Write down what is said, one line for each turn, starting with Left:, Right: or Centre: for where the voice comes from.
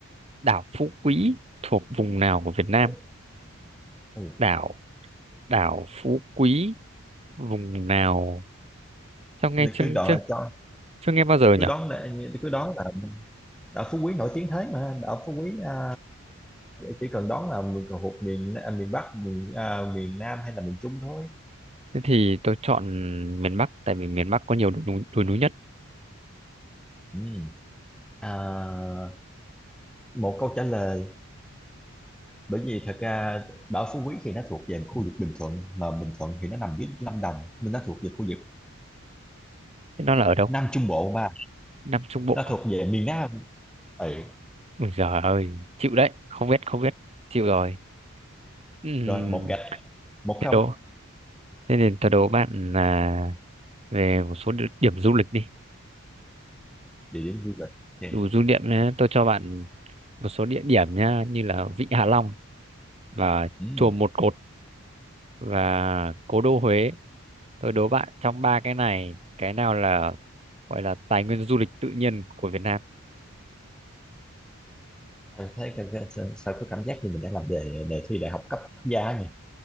Right: đảo Phú Quý thuộc vùng nào của Việt Nam
Centre: ừ. ừ.
Right: đảo đảo Phú Quý vùng nào sao nghe
Centre: Thì
Right: chưa
Centre: cứ đợi
Right: chưa
Centre: cho
Right: chưa nghe bao giờ
Centre: cứ
Right: nhỉ
Centre: đón để, cứ đón là đảo Phú Quý nổi tiếng thế mà đảo Phú Quý à, chỉ cần đón là mình thuộc miền à, miền Bắc miền à, miền Nam hay là miền Trung thôi
Right: thế thì tôi chọn miền Bắc tại vì miền Bắc có nhiều đồi núi, đồi núi nhất
Centre: ừ. à, một câu trả lời bởi vì thật ra đảo Phú Quý thì nó thuộc về khu vực Bình Thuận mà Bình Thuận thì nó nằm dưới Lâm Đồng nên nó thuộc về khu vực
Right: thế nó là ở đâu
Centre: Nam Trung Bộ mà
Right: Nam Trung Bộ
Centre: nó thuộc về miền Nam ừ.
Right: Ôi giời ơi chịu đấy không biết không biết chịu rồi Ừm,
Centre: rồi một gạch một
Right: thế
Centre: không
Right: đố thế nên tôi đố bạn là về một số địa điểm du lịch đi
Centre: địa điểm du lịch thì
Right: đủ du niệm nhé tôi cho bạn một số địa điểm nhá như là Vịnh Hạ Long và
Centre: ừ.
Right: chùa Một Cột và Cố đô Huế tôi đố bạn trong ba cái này cái nào là gọi là tài nguyên du lịch tự nhiên của Việt Nam
Centre: Anh thấy cái, cái, sao sao có cảm giác như mình đã làm đề đề thi đại học cấp quốc gia nhỉ?